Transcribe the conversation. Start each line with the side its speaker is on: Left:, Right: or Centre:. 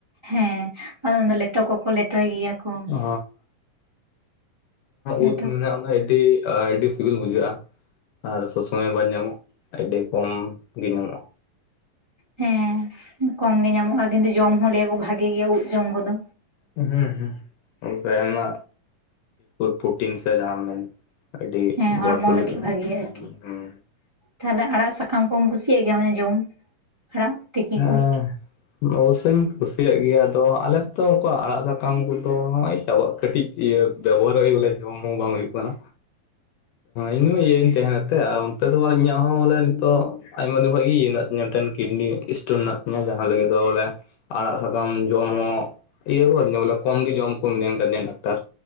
Right: ᱦᱮᱸ ᱟᱫᱚ ᱩᱱᱫᱚ ᱞᱮᱴᱚ ᱠᱚᱠᱚ ᱞᱮᱴᱚᱭ ᱜᱮᱭᱟ᱾ ᱠᱚ
Left: ᱚ,
Right: ᱞᱮᱴᱚ
Left: ᱳᱫ ᱢᱮᱱᱟᱜ, ᱟᱹᱰᱤ, ᱟᱹᱰᱤ ᱟᱹᱰᱤ ᱥᱤᱵᱤᱞ ᱵᱩᱡᱷᱟᱹᱜᱼᱟ᱾ ᱟᱨ ᱥᱚᱵ ᱥᱚᱢᱚᱭ ᱵᱟᱝ ᱧᱟᱢᱚᱜ ᱟᱹᱰᱤ ᱠᱚᱢ ᱜᱮ ᱧᱟᱢᱚᱜᱼᱟ᱾
Right: ᱦᱮᱸ ᱠᱚᱢ ᱜᱮ ᱧᱟᱢᱚᱜᱼᱟ ᱠᱤᱱᱛᱩ ᱡᱚᱢ ᱦᱚᱸ ᱞᱟᱹᱭ ᱟᱠᱚ ᱵᱷᱟᱜᱮ ᱜᱮᱭᱟ ᱩᱫ ᱡᱚᱢ ᱠᱚᱫᱚ᱾
Left: ᱦᱩᱸ ᱦᱩᱸ, ᱟᱭᱢᱟ ᱯᱨᱴᱤᱱ ᱡᱟᱦᱟᱸ ᱢᱮᱱ᱾ ᱟᱹᱰᱤ
Right: ᱦᱮᱸ
Left: ᱵᱷᱚᱨᱯᱩᱨ
Right: ᱦᱚᱲᱢᱚ ᱞᱟᱹᱜᱤᱫ
Left: ᱜᱮ ᱛᱟᱦᱮᱱᱟ᱾ᱦᱩᱸ
Right: ᱵᱷᱟᱜᱮᱭᱟ ᱟᱨᱠᱤ
Left: ᱦᱩᱸ,
Right: ᱛᱟᱦᱚᱞᱮ ᱟᱲᱟᱜ ᱥᱟᱠᱟᱢ ᱠᱚᱢ ᱠᱩᱥᱤᱭᱟᱜ ᱜᱮᱭᱟ ᱢᱟᱱᱮ ᱡᱚᱢ ᱟᱲᱟᱜ᱾ ᱛᱤᱠᱤ
Left: ᱦᱮᱸ᱾
Right: ᱠᱚ?
Left: ᱚᱵᱚᱥᱥᱳᱧ ᱠᱩᱥᱤᱭᱟᱜ ᱜᱮᱭᱟ ᱟᱫᱚ ᱟᱞᱮᱥᱮᱫᱚ ᱩᱱᱠᱟ ᱟᱲᱟᱜ ᱥᱟᱠᱟᱢ ᱠᱚᱫᱚ ᱱᱚᱜ-ᱚᱭ ᱪᱟᱵᱟᱜᱼᱟ ᱠᱟᱹᱴᱤᱡ᱾ ᱤᱭᱟᱹ ᱵᱮᱵᱚᱦᱟᱨᱚᱜ ᱦᱩᱭᱩᱜ ᱵᱚᱞᱮ ᱡᱚᱢ ᱦᱚᱸ ᱵᱟᱝ ᱦᱩᱭᱩᱜ ᱠᱟᱱᱟ᱾ ᱤᱧ ᱦᱚᱸ ᱤᱭᱟᱹᱧ ᱛᱟᱦᱮᱱᱟᱛᱮ ᱟᱨ ᱚᱱᱛᱮ ᱫᱚ ᱤᱧᱟᱹᱜ ᱦᱚᱸ ᱵᱚᱞᱮ ᱱᱤᱛᱚᱜ ᱟᱭᱢᱟ ᱫᱤᱱ ᱠᱷᱚ ᱜᱮ ᱤᱭᱟᱹ ᱢᱮᱱᱟᱜ ᱮᱱᱛᱮᱱ᱾ ᱠᱤᱰᱱᱤ ᱥᱴᱳᱱ ᱢᱮᱱᱟᱜ ᱛᱤᱧᱟ ᱡᱟᱦᱟᱸ ᱞᱟᱹᱜᱤᱫ ᱫᱚ ᱵᱚᱞᱮ ᱟᱲᱟᱜ ᱥᱟᱠᱟᱢ ᱡᱚᱢ ᱦᱚᱸ, ᱤᱭᱟᱹ ᱠᱚ ᱵᱚᱞᱮ ᱠᱚᱢ ᱜᱮ ᱡᱚᱢ ᱠᱚ ᱜᱮ ᱡᱚᱢ ᱠᱚ ᱢᱮᱱ ᱠᱟᱫᱤᱧᱟ ᱰᱟᱠᱛᱟᱨ᱾